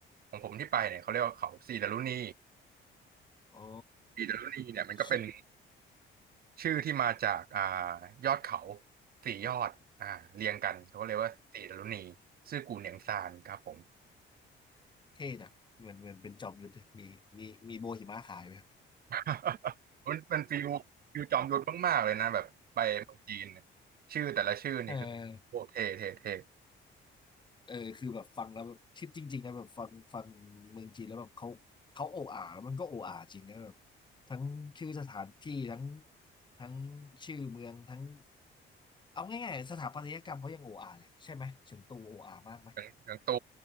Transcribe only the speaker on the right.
ของผมที่ไปเนี่ยเขาเรียกว่าเขาสีดารุณี
สีดารุณีเนี่ยมันก็เป็น
ชื่อที่มาจากอ่ายอดเขาสี่ยอดอ่าเรียงกันเขาก็เรียกว่าสีดารุณีซื่อกูเหนียงซานครับผม
<laughs> มันเป็นฟิวฟิวจอมยุทธมากๆเลยนะแบบไปเมืองจีนเนี่ยชื่อแต่ละชื่อนี่คือโคตรเท่เท่เท่
อย่างอย่างโต